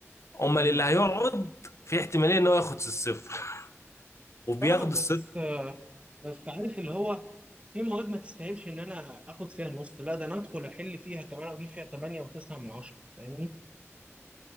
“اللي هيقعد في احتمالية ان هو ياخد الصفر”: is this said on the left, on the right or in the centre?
Left